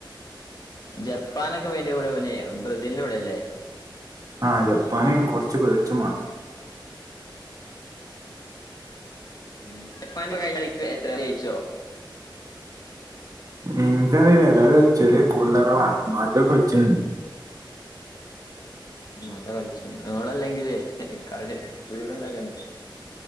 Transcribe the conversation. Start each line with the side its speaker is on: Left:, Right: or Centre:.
Left: ജപ്പാനൊക്കെ വന്റെ കൂടെ പോന്നെ ബ്രസീലിന്റെ കൂടെല്ലേ
Right: ആഹ ജപ്പാന് കൊറച്ച്ു പേടിച്ചു മാറി
Left: ഉ ജപ്പാന്റെ കഴിഞ്ഞ കളിക്ക് എത്ര ജയിച്ചോ
Right: എനിക്കറിയില ഏതായാലും ചെറിയ പിള്ള ബാകി കഴിച്ചണ്ട്
Left: മള കളിച്ച നിളല്ലെങ്കിലള സ്പീഡ ഉണ്ടാക്കണ്ട